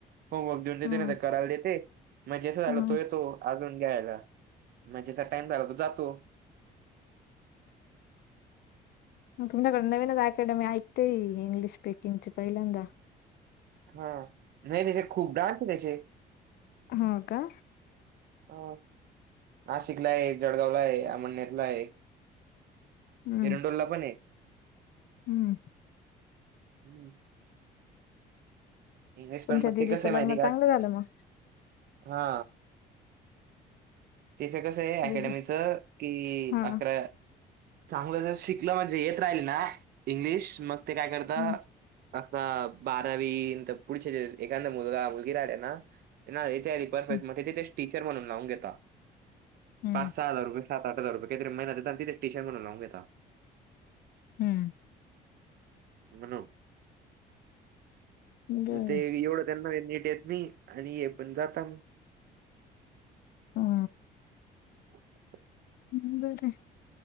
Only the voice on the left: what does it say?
हम्म
हम्म
ग तुमच्याकडे नवीनच अकॅडमी ऐकते आहे इंग्लिश स्पीकिंगची पहिल्यांदा.
हो का
हम्म
हम्म
तुमच्या
दिदीचं
लग्न
चांगलं झालं मग
दिदी
हा
हम्म
हम्म.
हम्म
हम्म
बर
हा
हम्म, बर आहे.